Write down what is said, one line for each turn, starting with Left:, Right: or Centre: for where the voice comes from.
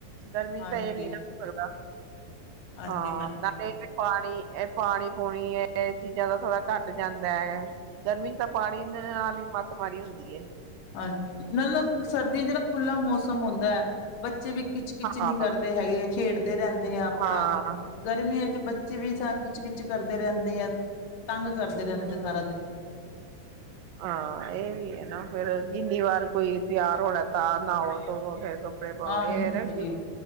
Right: ਗਰਮੀ
Left: ਹਾਂਜੀ,
Right: ਚ ਤਾਂ ਇਹ ਨੀ ਨਾ ਹੋ ਸਕਦਾ।
Left: ਹਾਂਜੀ-ਹਾਂਜੀ
Right: ਹਾਂ ਨਾਲੇ ਪਾਣੀ ਇਹ ਪਾਣੀ ਪੂਣੀ ਇਹ ਚੀਜ਼ਾਂ ਦਾ ਥੋੜਾ ਘੱਟ ਜਾਂਦਾ ਹੈ ਗਰਮੀ। ਤਾਂ ਪਾਣੀ ਨਾਲ ਹੀ ਮੱਤ ਮਾਰੀ ਹੁੰਦੀ ਹੈ।
Left: ਹਾਂਜੀ ਹ ਨਾ ਸਰਦੀਆਂ ਜਹੜਾ ਖੁੱਲਾ ਮੌਸਮ ਹੁੰਦਾ ਹੈ ਬ ਬੱਚੇ ਵੀ ਕਿੱਚ ਕਿੱਚ ਨਹੀਂ
Right: ਹਾਂ,
Left: ਕਰਦੇ ਹੈਗੇ ਖੇਡਦੇ ਰਹਿੰਦੇ ਆ ਆਪਣਾ।
Right: ਹਾਂ,
Left: ਗਰਮੀਆਂ ਚ ਬੱਚੇ ਵੀ ਤਾਂਥ ਖਿੱਚ ਖਿੱਚ ਕਰਦੇ ਰਹਿੰਦੇ ਆ। ਤੰਗ ਕਰਦੇ
Right: ਹਮ
Left: ਰਹਿੰਦੇ ਆ ਸਾਰਾ ਦਿਨ
Right: ਹਾਂ ਇਹ ਵੀ ਹੈ ਨਾ ਫਿਰ। ਜਿੰਨੀ ਵਾਰ ਕੋਈ ਤਿਆਰ ਹੋਣਾ ਤਾਂ ਨਹਾਓ ਧੋਵੋ ਫਿਰ ਕੱਪੜੇ ਪਾਓ
Left: ਹਾਂਜੀ
Right: ਇਹ ਨਾ ਦੂ